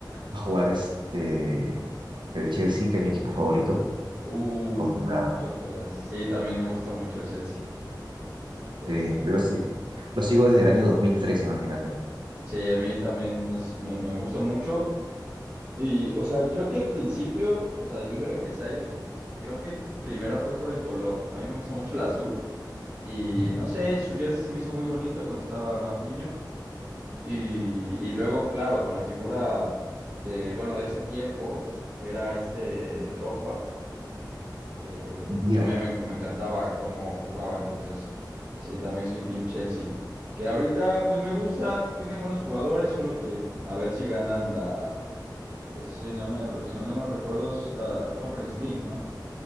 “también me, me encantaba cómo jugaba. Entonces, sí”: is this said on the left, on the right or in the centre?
Right